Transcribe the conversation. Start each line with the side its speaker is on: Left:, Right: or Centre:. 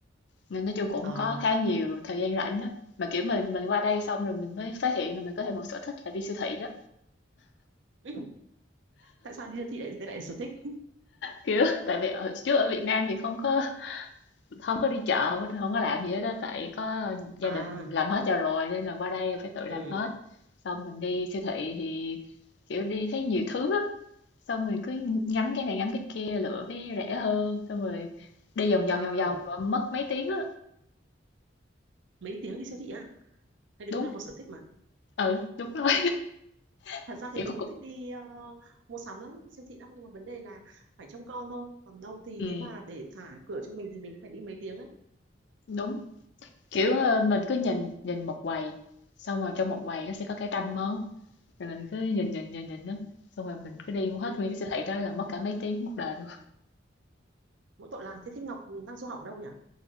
Left: Nên nói chung cũng
Right: À,
Left: có khá nhiều thời gian rảnh đó. Mà kiểu mình mình qua đây xong rồi mình mới phát hiện là mình có thêm một sở thích là đi siêu thị đó.
Right: ừ, tại sao đi siêu thị lại lại là sở thích?
Left: Kiểu tại vì ở trước ở Việt Nam thì không có không có đi chợ không có, không có làm gì hết đó tại có gia
Right: À,
Left: đình làm hết cho rồi nên là qua đây phải tự làm
Right: ừ,
Left: hết xong mình đi siêu thị thì kiểu đi thấy nhiều thứ á xong mình cứ ngắm cái này ngắm cái kia lựa cái rẻ hơn xong rồi đi vòng vòng
Right: à,
Left: vòng vòng mà mất mấy tiếng á
Right: mấy tiếng đi siêu thị á? Thế đấy
Left: đúng
Right: cũng là một sở thích mà.
Left: ừ đúng rồi <laughs>
Right: Thật ra
Left: kiểu
Right: thì mình
Left: có
Right: cũng
Left: cục
Right: thích đi ờ, mua sắm lắm, siêu thị lắm nhưng mà vấn đề là phải trông con thôi. Còn đâu thì
Left: ừ
Right: nếu mà để thả cửa cho mình thì mình cũng phải đi mấy tiếng ấy.
Left: đúng kiểu ờ, mình cứ nhìn nhìn một quầy xong rồi trong một quầy nó sẽ có cả trăm món rồi mình cứ nhìn nhìn nhìn nhìn đó xong rồi mình cứ đi mua hết
Right: Ừ,
Left: nguyên cái siêu thị đó là mất cả mấy tiếng một đời luôn
Right: mỗi tội là thế thế Ngọc đang du học đâu nhỉ?